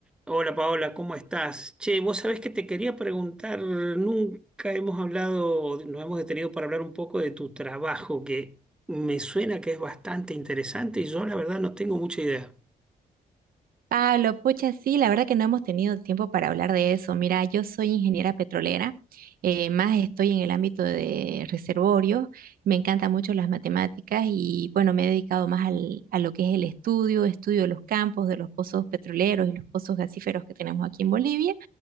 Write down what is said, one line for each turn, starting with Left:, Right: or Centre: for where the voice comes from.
Centre: Hola Paola, ¿cómo estás? Che, vos sabés que te quería preguntar, nunca hemos hablado, nos hemos detenido para hablar un poco de tu trabajo, que me suena que es bastante interesante y yo la verdad no tengo mucha idea.
Right: Pablo, pucha, sí, la verdad que no hemos tenido tiempo para hablar de eso. Mira, yo soy ingeniera petrolera, eh, más estoy en el ámbito de reservorio, me encantan mucho las matemáticas y bueno, me he dedicado más al- a lo que es el estudio, estudio de los campos, de los pozos petroleros y los pozos gasíferos que tenemos aquí en Bolivia.